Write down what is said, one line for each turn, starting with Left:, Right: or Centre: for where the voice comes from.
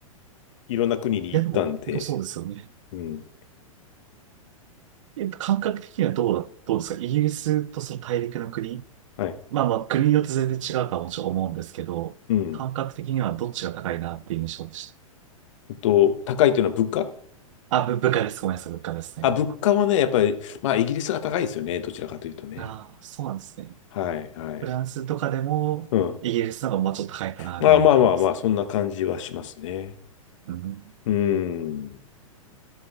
Left: いろんな国に行ったんで、
Right: いや、でも、本当そうですよね。
Left: うん。
Right: えっと、感覚的にはどうだ、どうですかイギリスとその大陸の国
Left: はい。
Right: まあまあ、国によって全然違うとはもちろん思うんですけど、
Left: うん。
Right: 感覚的にはどっちが高いなっていう印象でし
Left: えっと、高いというのは物価
Right: た。あ、ぶ物価です。ごめんなさい、物価ですね。
Left: あ、物価はね、やっぱり、まあ、イギリスが高いですよね。どちらかというとね。
Right: ああ、そうなんですね。
Left: はい、はい。
Right: フランスとかでも、
Left: うん。
Right: イギリスの方がまあちょっと高いかな、
Left: まあまあまあまあ、
Right: ぐらいな感じですか。
Left: そんな感じはしますね。
Right: うん。
Left: うん。